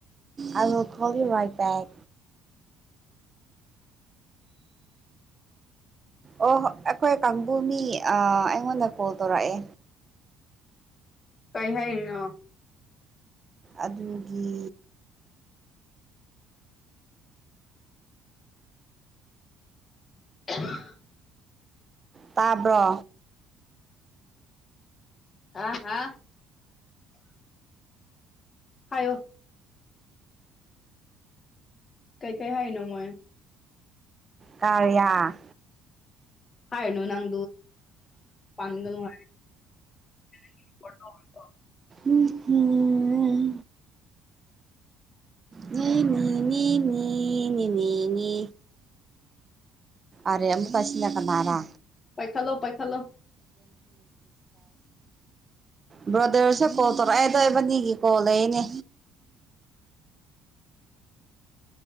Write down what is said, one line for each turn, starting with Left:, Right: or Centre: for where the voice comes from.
Right: ꯑ ꯈꯜꯒ ꯑꯣ ꯑꯩꯈꯣꯏ ꯀꯥꯡꯕꯨ ꯃꯤ ꯑꯩꯉꯣꯟꯗ ꯀꯣꯜ ꯇꯧꯔꯛꯑꯦ
Left: ꯀꯔꯤ ꯍꯥꯏꯔꯤꯅꯣ
Right: ꯑꯗꯨꯒꯤ
Left: <inaudible>
Right: ꯇꯥꯕ꯭ꯔꯣ
Left: ꯑꯥ ꯍꯥ ꯍꯥꯏꯣ ꯀꯩ ꯀꯥꯏ ꯍꯥꯏ ꯅꯣ ꯃꯣꯏꯣꯏ
Right: ꯀꯌꯥ
Left: ꯍꯥꯏꯥꯏꯅꯣ ꯅꯪ ꯄꯗꯅꯅꯨꯡ <inaudible>
Right: ꯎ ꯎꯝ ꯅꯅꯤꯅꯦ ꯃꯤꯅꯤꯅꯦꯅꯤꯅꯦ ꯑꯔꯦ ꯑꯃꯨꯛꯀꯁꯤꯂ ꯀꯅꯥꯔꯥ
Left: ꯄꯥꯏꯈꯂꯣ ꯄꯥꯏꯈꯂꯣ
Right: ꯕ꯭ꯔꯣꯗꯔꯁꯦ ꯀꯣꯜ ꯇꯧꯔꯛꯑꯦꯗꯣꯏꯕꯅꯤꯒꯤ ꯀꯣꯜ ꯂꯩꯅꯦ